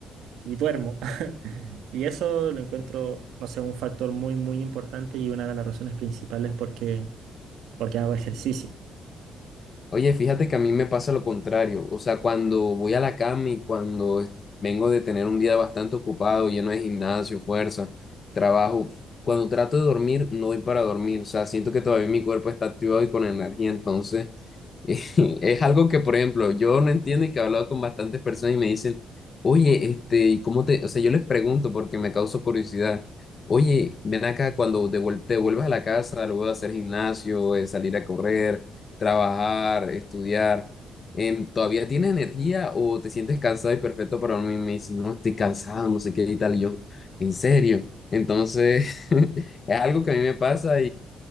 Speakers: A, on the right (about 80°); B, on the left (about 40°).
A: y duermo. <laughs> Y eso lo encuentro, no sé, un factor muy, muy importante y una de las razones principales porque, porque hago ejercicio.
B: Oye, fíjate que a mí me pasa lo contrario. O sea, cuando voy a la cama y cuando es- vengo de tener un día bastante ocupado, lleno de gimnasio, fuerza, trabajo, cuando trato de dormir, no voy para dormir. O sea, siento que todavía mi cuerpo está activado y con energía. Entonces, <laughs> Es algo que, por ejemplo, yo no entiendo y que he hablado con bastantes personas y me dicen, oye, este, ¿y cómo te...? O sea, yo les pregunto porque me causa curiosidad. Oye, ven acá cuando devuel- te vuelvas a la casa, luego de hacer gimnasio, eh, salir a correr, trabajar, estudiar, em, ¿todavía tienes energía o te sientes cansado y perfecto para mí? Me dicen, no, estoy cansado, no sé qué y tal. Y yo, ¿en serio? Entonces, <laughs> es algo que a mí me pasa